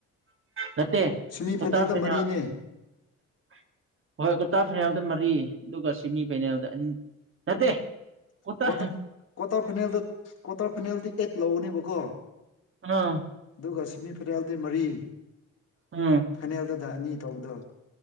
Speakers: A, on the right; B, on the left.
A: ꯅꯠꯇꯦ
B: ꯁꯤꯃꯤ
A: ꯀ꯭ꯋꯥꯇꯔ
B: ꯐꯥꯏꯅꯦꯜꯗ
A: ꯐꯥꯏꯅꯦꯜ
B: ꯃꯔꯤꯅꯦ
A: <inaudible> ꯍꯣꯏ ꯀ꯭ꯋꯥꯇꯔ ꯐꯅꯦꯜꯗ ꯃꯔꯤ ꯑꯗꯨꯒ ꯁꯤꯃꯤ ꯐꯩꯅꯦꯜꯗ ꯑꯅꯤ ꯅꯠꯇꯦ ꯀ꯭ꯋꯥꯇꯔ
B: ꯀ꯭ꯋꯥꯇꯛ ꯀ꯭ꯋꯥꯇꯔ ꯐꯥꯏꯅꯦꯜꯗ ꯀ꯭ꯋꯥꯇꯔ ꯐꯥꯏꯅꯦꯜꯗꯤ ꯑꯦꯠ ꯂꯧꯒꯅꯦꯕꯀꯣ
A: ꯑꯥ
B: ꯑꯗꯨꯒ ꯁꯤꯃꯤ ꯐꯅꯦꯜꯗꯤ ꯃꯔꯤ
A: ꯎꯝ
B: ꯐꯥꯏꯅꯦꯜꯗꯅ ꯑꯅꯤ ꯇꯧꯕꯗꯣ